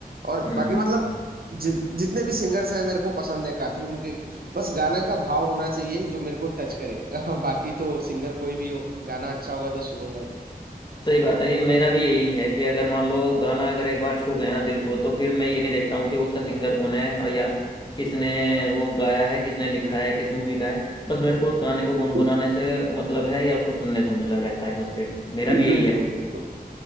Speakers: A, on the right; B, on the left.
A: और
B: हम्म
A: बाकी
B: हम्म
A: मतलब
B: हम्म।
A: जि, जितने भी सिंगर्स हैं मेरे को पसंद है काफी उनके बस गाना का भाव होना चाहिए जो मेरे को टच करे <laughs> बाकी तो सिंगर कोई भी हो गाना अच्छा होगा तो सुनूंगा ही
B: सही बात है ये मेरा भी यही है कि अगर मान लो गाना अगर एक बार छू गया ना दिल को तो फिर मैं ये नहीं देखता हूँ कि उसका सिंगर कौन है और या किसने वो गाया है किसने लिखा है किस मूवी का है बस मेरे को उस गाने को गुनगुनाने
A: <laughs>
B: से मतलब है या उसको सुनने से मतलब रहता है बस फिर मेरा भी यही
A: बिल्कुल
B: है
A: बिल्कुल